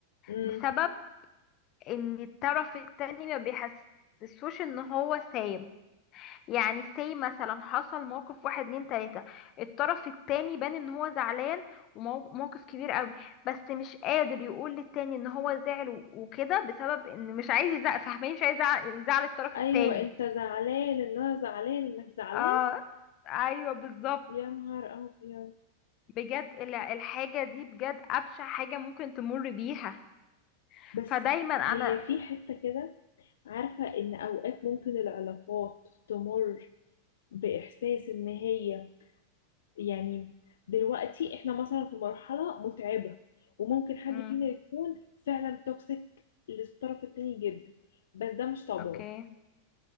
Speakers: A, on the left; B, on the left.
A: امم
B: بسبب ان الطرف التاني ما بيحسسوش ان هو سام يعني سي مثلا حصل موقف واحد اتنين تلاتة الطرف التاني بان ان هو زعلان وموقف كبير قوي بس مش قادر يقول للتاني ان هو زعل و- وكده بسبب ان مش عايز يزعل فاهمين مش عايز يزعل يزعل الطرف
A: ايوه
B: التاني
A: انت زعلان ان انا زعلان انك زعلان
B: اه ايوه بالظبط
A: يا نهار ابيض
B: بجد ال- الحاجة دي بجد أبشع حاجة ممكن تمر بيها
A: بس
B: فدايما
A: هي
B: انا
A: في حتة كده عارفة ان اوقات ممكن العلاقات تمر باحساس ان هي يعني دلوقتي احنا مثلا في مرحلة متعبة وممكن حد
B: امم
A: فينا يكون فعلا توكسيك للطرف التاني جدا بس ده مش طبعه
B: اوكي